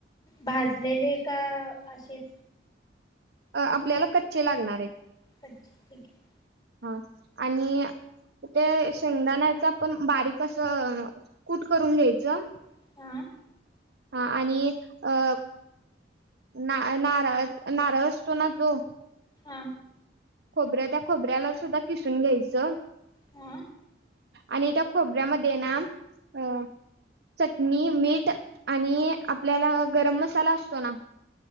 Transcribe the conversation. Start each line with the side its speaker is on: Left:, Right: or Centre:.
Left: भाजलेले का असेच?
Right: अ आपल्याला कच्चे लागणार आहेत.
Left: अच्छा ठीक आहे.
Right: हा आणि ते शेंगदाण्याच आपण बारीक असं कूट करून घ्यायचं.
Left: आहे हा
Right: हा आणि अ ना नार नारळ असतो ना जो
Left: हा
Right: खोबर त्या खोबऱ्याला सुद्धा किस सून घ्यायचं.
Left: हा
Right: आणि त्या खोबऱ्यामध्ये ना अ चटणी मीठ आणि आपल्याला गरम मसाला असतो ना?